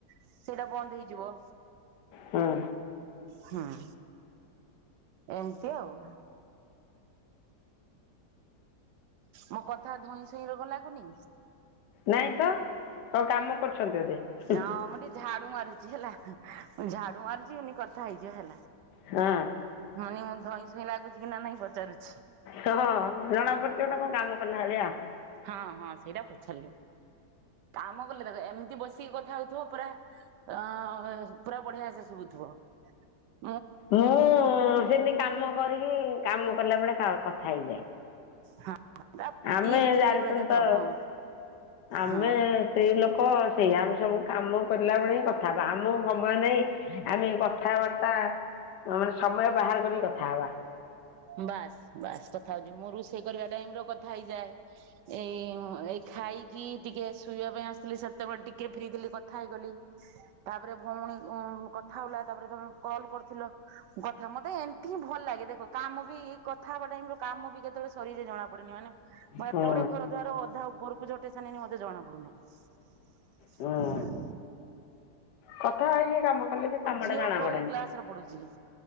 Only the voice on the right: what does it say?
ସେଇଟା ବନ୍ଦ ହେଇଯିବ।
ହଁ। ଏମତି ଆଉ। ମୋ କଥା ଧଇଁ ସଇଁ ରୋଗ ଲାଗୁନି?
ହଁ ମୁଁ ଟିକେ ଝାଡୁ ମାରୁଛି ହେଲା ମୁ ଝାଡୁ ମାରିଛି ଏନି କଥା ହେଇଯିବା ହେଲା।
ମାନେ ମୁଁ ଧଇଁସଇଁ ଲାଗୁଛି କି ନା ନାଇଁ ପଚାରୁଛି।
ହଁ ହଁ ସେଇଟା ପଚାରିଲି। କାମ କଲେ ଦେଖ ଏମିତି ବସିକି କଥା ହଉଥିବ ପୁରା ଅ ପୁରା ବଢିଆ ସେ ଶୁଭୁଥିବ। ହ।
ହଁ
କେତେବେଳେ
ଦେଖ
ହଁ
ହଁ
ବାସ୍ ବାସ୍ କଥା ହଉଛି ମୁଁ ରୁଷେଇ କରିବା ଟାଇମ ର କଥା ହେଇଯାଏ ଏଇ ଏଇ ଖାଇକି ଟିକେ ଶୋଇବା ପାଇଁ ଆସିଥିଲି ସେତେବେଳେ ଟିକେ ଫ୍ରି ଥିଲି କଥା ହେଇଗଲି ତାପରେ ଭଉଣୀ କଥା ହେଲା ତାପରେ ତମେ କଲ୍ କରିଥିଲ କଥା ମତେ ଏମିତି ହିଁ ଭଲ ଲାଗେ ଦେଖ କାମ ବି କଥା ହେବା ଟାଇମ ର କାମ ବି କେତେବେଳେ ସରିଯାଏ ଜଣା ପଡେନି ମାନେ ମୁଁ ଏତେ
ଗୁଡେ ଘର ଦୁଆର ଅଧା ଉପରକୁ ଝଟେଇ ସାରିଲିଣି ମତେ ଜଣାପଡୁନି। <inaudible>
ଝିଅ
କୋଉ
କ୍ଲାସ ରେ ପଢୁଛି?